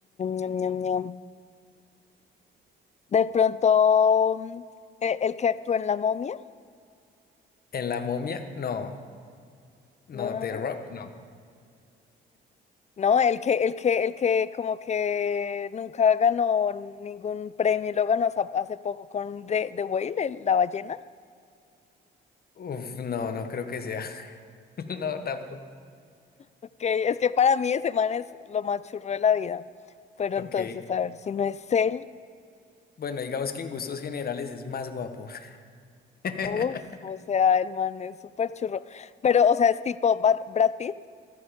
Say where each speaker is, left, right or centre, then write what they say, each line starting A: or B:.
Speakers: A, on the left; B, on the left.
A: ñam, ñam, ñam. De pronto, mm, e- el que actuó en La Momia.
B: En La Momia, no. No,
A: No, no,
B: The
A: no.
B: Rock, no.
A: No, el que, el que, el que como que nunca ganó ningún premio, lo ganó hace, hace poco con The, The Whale, el- la ballena.
B: Uf, no, no creo que sea. <laughs> No, tampoco.
A: Ok, es que para mí ese man es lo más churro de la vida. Pero
B: Ok.
A: entonces, a ver, si no es él,
B: Bueno, digamos que en gustos generales es más guapo. <laughs>
A: uff, o sea, el man es súper churro. Pero, o sea, es tipo Brad, Brad Pitt.